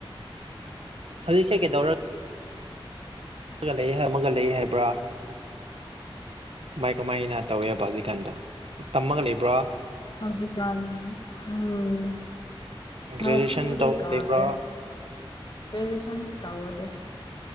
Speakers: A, on the right; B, on the left.
A: ꯍꯧꯖꯤꯛꯁꯦ ꯀꯩꯗꯧꯔꯒ ꯑꯃꯒ ꯂꯩ ꯑꯃꯒ ꯂꯩ ꯍꯥꯏꯕ꯭ꯔꯥ ꯀꯥꯏ ꯀꯃꯥꯏꯅ ꯇꯧꯋꯦꯕ ꯍꯧꯖꯤꯛꯀꯥꯟꯗꯣ ꯇꯝꯃꯒ ꯂꯩꯕ꯭ꯔꯣ
B: ꯍꯔꯤꯀ ꯎꯝ ꯍ
A: ꯒ꯭ꯔꯦꯖꯨꯑꯦꯁꯟ
B: ꯁ꯭ꯀꯨꯜꯗꯤ
A: ꯇꯧꯔ
B: ꯀꯥꯖ
A: ꯂꯩꯕ꯭ꯔꯥ
B: ꯄꯦꯖꯦꯁꯟꯁꯤ ꯇ ꯑꯣꯦ